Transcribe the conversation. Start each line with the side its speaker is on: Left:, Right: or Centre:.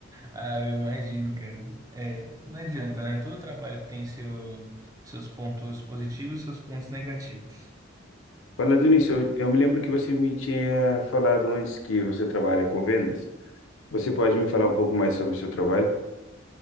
Right: Ah, eu imagino, cara. É, não adianta, né? Todo trabalho tem seu, seus pontos positivos e seus pontos negativos.
Left: Falando nisso, eu, eu me lembro que você me tinha falado antes que você trabalha com vendas. Você pode me falar um pouco mais sobre o seu trabalho?